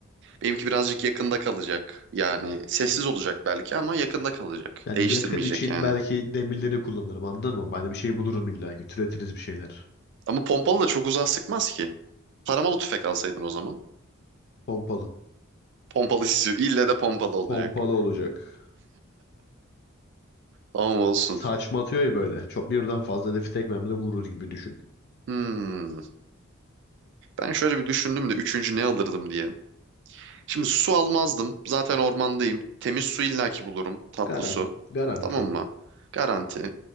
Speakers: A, on the right (about 55°); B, on the left (about 50°).
A: Benimki birazcık yakında kalacak. Yani sessiz olacak belki ama yakında kalacak.
B: Yani
A: Değiştirmeyecek
B: yakın için
A: yani.
B: belki demirleri kullanırım. Anladın mı? Ben de bir şey bulurum illa ki. Türetiriz bir şeyler.
A: Ama pompalı da çok uzağa sıkmaz ki. Taramalı tüfek alsaydın o zaman.
B: Pompalı.
A: Pompalı istiyor. İlle de pompalı olacak.
B: Pompalı olacak.
A: Ama olsun.
B: Saçma atıyor ya böyle. Çok birden fazla hedefi tek mermide vurur gibi düşün.
A: Hmm. Ben şöyle bir düşündüm de üçüncü ne alırdım diye. Şimdi su almazdım. Zaten ormandayım. Temiz su illaki bulurum. Tatlı
B: Garan
A: su.
B: garanti.
A: Tamam mı? Garanti.